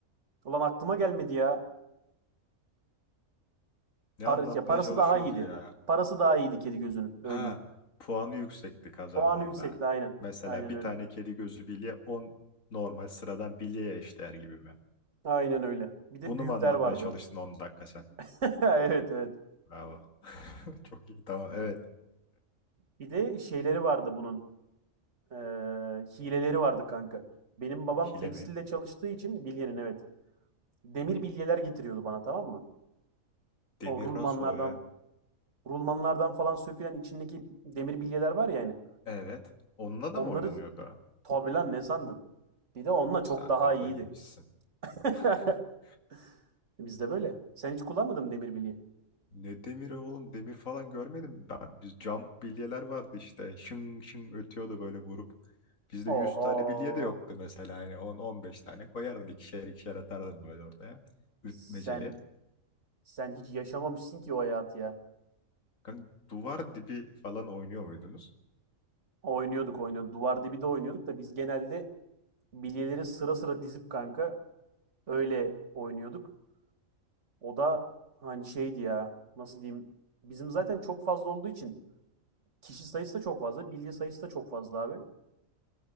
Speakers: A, on the right; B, on the left.
A: ulan aklıma gelmedi ya.
B: Ne
A: Parası,
B: anlatmaya
A: ya parası
B: çalışıyorsun
A: daha iyiydi.
B: ki ya?
A: Parası daha iyiydi kedi gözünün. Öyle
B: Ha,
A: diyeyim.
B: puanı yüksekti kazandığında.
A: Puanı yüksekti aynen.
B: Mesela
A: Aynen
B: bir
A: öyle.
B: tane kedi gözü bilye 10 normal sıradan bilyeye eşdeğer gibi mi?
A: Aynen öyle. Bir de
B: Bunu
A: büyükler
B: mu anlatmaya
A: vardı.
B: çalıştın 10 dakika sen?
A: <laughs> Evet evet.
B: Bravo. <laughs> Çok iyi. Tamam. Evet.
A: Bir de şeyleri vardı bunun. Ee, hileleri vardı kanka. Benim babam
B: Hile
A: tekstilde
B: mi?
A: çalıştığı için bilyenin evet. Demir bilyeler getiriyordu bana tamam mı?
B: Demir
A: O rulmanlardan
B: nasıl oluyor ya?
A: rulmanlardan falan sökülen içindeki demir bilyeler var ya hani.
B: Evet. Onunla
A: Onları
B: da mı oynanıyordu?
A: tabi lan ne sandın? Bir de onunla
B: Sen
A: çok daha
B: kafayı
A: iyiydi.
B: yemişsin.
A: <laughs>
B: <laughs>
A: Bizde böyle. Sen hiç kullanmadın mı demir bilye?
B: Ne demiri oğlum? Demir falan görmedim ben. Biz cam bilyeler vardı işte. Şın şın ötüyordu böyle vurup. Bizde yüz
A: Oho.
B: tane bilye de yoktu mesela. Yani on on beş tane koyardın. ikişer ikişer atardın böyle ortaya. Ütmeceli.
A: Sen sen hiç yaşamamışsın ki o hayatı ya.
B: Kanka, duvar dibi falan oynuyor muydunuz?
A: Oynuyorduk oynuyorduk. Duvar dibi de oynuyorduk da biz genelde bilyeleri sıra sıra dizip kanka öyle oynuyorduk. O da hani şeydi ya nasıl diyeyim. Bizim zaten çok fazla olduğu için kişi sayısı da çok fazla. Bilye sayısı da çok fazla abi.